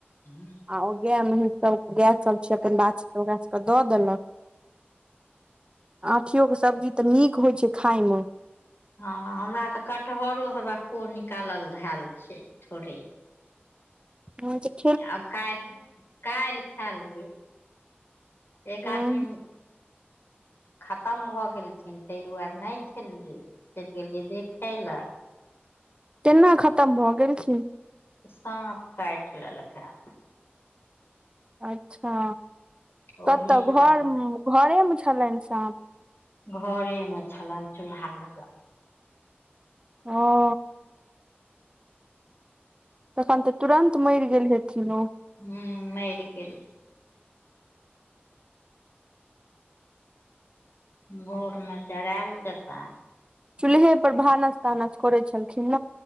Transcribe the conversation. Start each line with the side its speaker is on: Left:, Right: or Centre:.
Left: हूँ <inaudible>
Right: आ गाय मेहीस सब गाय सब छै अपन बाछी ओक सब <inaudible> दऽ देलक। आठियो कऽ सब्जी तऽ नीक होइ छै खाय मऽ
Left: हँ हमरा तऽ कटहरो हेवा को निकालल धएल छै थोड़े
Right: हँ जे <inaudible>
Left: आब कायल्ह, कायल्ह खा लेबै एक
Right: ह
Left: आदमी खतम भऽ गेलखिन ताहि दुआरे नहि खैलियै, चलि गेलियै देखय ल
Right: केना खतम भऽ गेलखिन?
Left: साँप काइट लेलकए।
Right: अच्छा,
Left: ओहिसँ
Right: कतऽ घर घरेमे छलइन साँप
Left: घरे मे छलन चूल्हा लगअ।
Right: ह। तखन तऽ तुरन्त मइर गेल हेथिन ओ
Left: हूँ मइर गेल। भोर मे जरायल जेतानि
Right: चूल्हे पर भानस तानस करे छलखिन